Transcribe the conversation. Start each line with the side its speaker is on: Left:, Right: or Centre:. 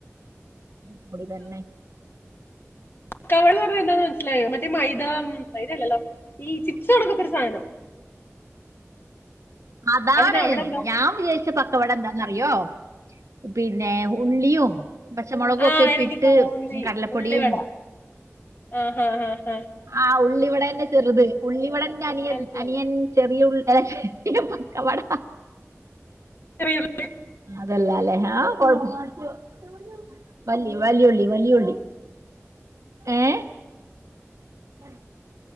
Right: അപളി തന്നെ
Left: ക്കാവ പറഞ്ഞത് എന്താെന്ന് മനസ്സിലായോ മറ്റേ മൈദ മൈദല്ലല്ലോ ഈ ചിപസ് ആണൊക്കെ ഒരു സാധനം
Right: അതാണ്
Left: അതിന് അവിടെ എന്താ
Right: ഞാൻ വിചയിച്ച പക്കവടം എന്താന്ന അറിയോ പിന്നെ ഉള്ളിയും പച്ചമുളകും
Left: ആഹ
Right: ഒക്കെ ഇട്ടിട്ട്
Left: എനിക്ക് തോന്നി
Right: കടലപ്പൊടിയും
Left: ഉള്ളിവട ആഹ ഹഹ് ഹഹ
Right: ആ ഉള്ളിവവിടൻന്റെ ചെറുത് ഉള്ളിവിടന്റെ അനിയൻ
Left: അല്ലല്ല
Right: അനിയൻ ചെറിയ ഉ പക്ക പടാ
Left: ല്ല
Right: അതല്ലാ അല്ലേ ആഹ കൊ വി വലിയള്ളി വലിയള്ളി ഏ അ